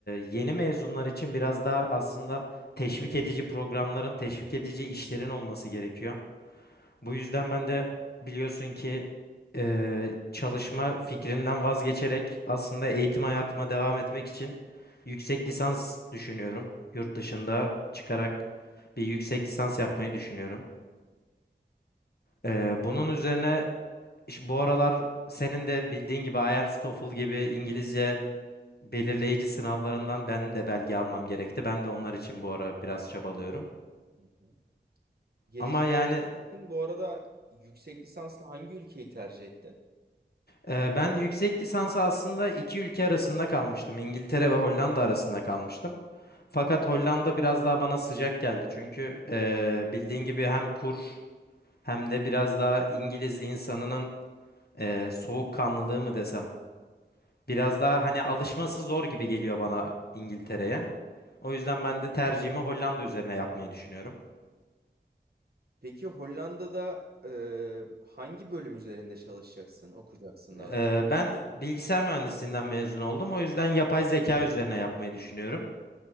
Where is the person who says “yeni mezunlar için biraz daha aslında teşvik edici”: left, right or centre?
Left